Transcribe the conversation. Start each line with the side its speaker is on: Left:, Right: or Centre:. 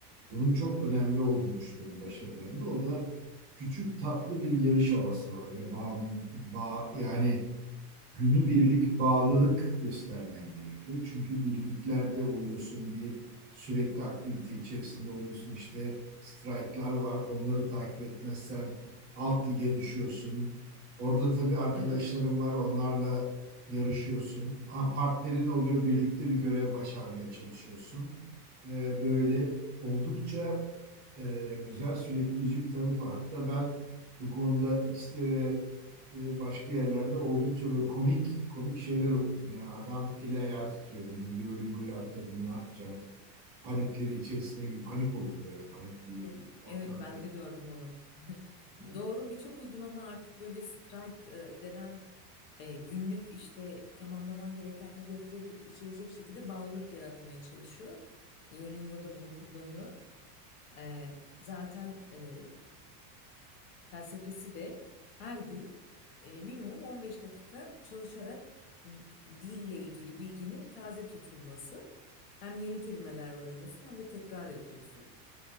Right: Bunun çok önemli olduğunu düşünüyorum başarılarında. O da küçük tatlı bir yarış havası var ve bağım, bağ, yani günübirlik bağlılık göstermen gerekiyor. Çünkü birliklerde oluyorsun, bir sürekli aktivite içerisinde oluyorsun. İşte strike'lar var, onları takip etmezsen alt lige düşüyorsun. Orada tabii arkadaşların
Left: Evet.
Right: var, onlarla yarışıyorsun. Ha, partnerin oluyor, birlikte bir görev başarmaya çalışıyorsun. Ee, böyle oldukça e, güzel, sürükleyici bir tarafı var. Hatta ben bu konuda X'te ve e, başka yerlerde oldukça böyle komik komik şeyler okudum. Yani adam eli ayağı titriyor bugün Duolingo'yu atladım ne yapacağım? Panikleri içerisine gir- panik oluyor böyle panik bir,
Left: <laughs>
Right: bir ortamda.
Left: Evet ben de gördüm onu. <laughs>
Right: Yani
Left: Doğru birçok uygulama artık böyle strike e, denen e, günlük işte tamamlaman gereken hedefleri içerecek şekilde bağlılık yaratmaya çalışıyor. Duolingo da bunu kullanıyor. E, zaten e, Felsefesi de her gün e, minimum 15 dakika çalışarak m, dille ilgili bilginin taze tutulması. Hem yeni kelimeler öğreniyorsun hem de tekrar yapıyorsun.